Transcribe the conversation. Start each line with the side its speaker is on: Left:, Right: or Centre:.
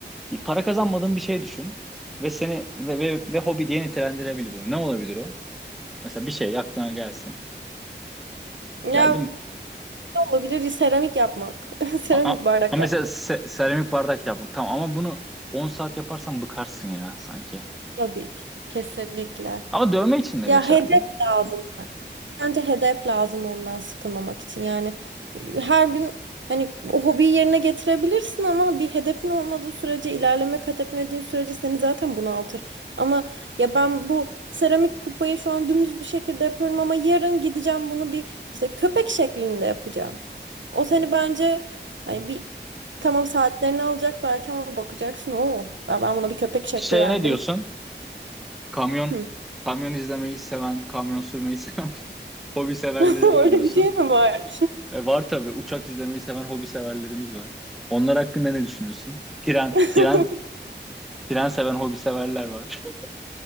Centre: para kazanmadığın bir şey düşün ve seni ve, ve, ve hobi diye nitelendirebilir bunu. Ne olabilir o? Mesela bir şey aklına gelsin.
Right: Ya
Centre: Geldi mi?
Right: ne olabilir? Seramik yapmak. <laughs> Seramik
Centre: Ha, ha-
Right: bardak
Centre: ha mesela
Right: yapmak.
Centre: se- seramik bardak yaptım. Tamam ama bunu 10 saat yaparsan bıkarsın ya sanki.
Right: Tabii ki. Kesinlikle.
Centre: Ama dövme için de
Right: Ya
Centre: geçerli.
Right: hedef lazım. Bence hedef lazım ondan sıkılmamak için. Yani her gün hani o hobiyi yerine getirebilirsin ama bir hedefin olmadığı sürece, ilerleme kat etmediğin sürece seni zaten bunaltır. Ama ya ben bu seramik kupayı şu an dümdüz bir şekilde yapıyorum ama yarın gideceğim bunu bir işte köpek şeklinde yapacağım. O seni bence hani bir tamam saatlerini alacak belki ama bakacaksın o. Ya ben buna bir köpek şekli
Centre: Şeye
Right: verdim.
Centre: ne diyorsun? Kamyon
Right: Hmm.
Centre: kamyon izlemeyi seven, kamyon sürmeyi seven <laughs> hobi severlere
Right: <laughs>
Centre: ne
Right: Öyle
Centre: diyorsun?
Right: bir şey mi var?
Centre: E, var tabii uçak izlemeyi seven hobi severlerimiz var. Onlar hakkında ne düşünüyorsun? Tren,
Right: <laughs>
Centre: tren, tren seven hobi severler var. <laughs>